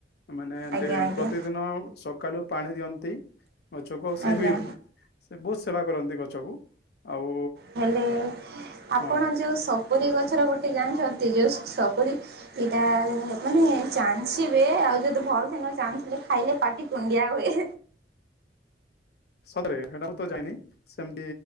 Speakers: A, on the left; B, on the right.
A: ମାନେ
B: ଆଜ୍ଞା
A: ଡେ
B: ଆଜ୍ଞା
A: ପ୍ରତିଦିନ ସକାଲୁ ପାଣି ଦିଅନ୍ତି। ପଛକୁ ଆଉ ସେ
B: ଆଜ୍ଞା
A: ବି ସେ ବହୁତ ସେବା କରନ୍ତି ଗଛକୁ। ଆଉ
B: ହେଲେ ଆପଣ
A: ହଁ
B: ଯୋଉ ସପୁରୀ ଗଛର ଗୋଟେ ଜାଣିଛନ୍ତି ଯଉ ସ ସପୁରୀ ଏଇଟା ମାନେ ଚାଞ୍ଚିବେ ଆଉ ଯଦି ଭଲ ସେ ନ ଚାଞ୍ଚିଲେ ଖାଇଲେ ପାଟି କୁଣ୍ଡିଆ ହୁଏ।
A: ସତରେ ସେଟା ମୁଁ ତ ଜାଣିନାହିଁ ସେମ